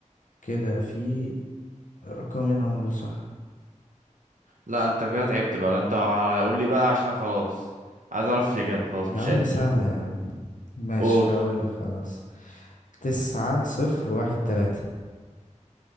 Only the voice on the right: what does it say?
لا انت كده تعبت بقى لا انت قول لي بقى عشان خلاص عايز اعرف الاجابه خلاص
مش
قادر
قول